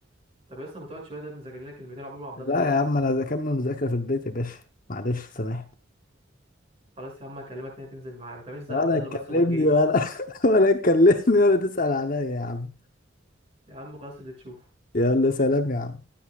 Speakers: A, on the right; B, on the left.
A: طب يا اسطى ما تقعد شويه ده بنذاكر لنا كلمتين عقبال ما عبد
B: لا
A: الله يجي
B: يا عم انا اكمل مذاكره في البيت يا باشا معلش سامحني
A: خلاص يا عم هكلمك انها تنزل معايا ما تعملش زي
B: ولا
A: عبد الله
B: تكلمني
A: بس وما تجيش
B: ولا <laughs> ولا تكلمني ولا تسأل عليا يا عم
A: يا عم خلاص اللي تشوفه
B: يلا سلام يا عم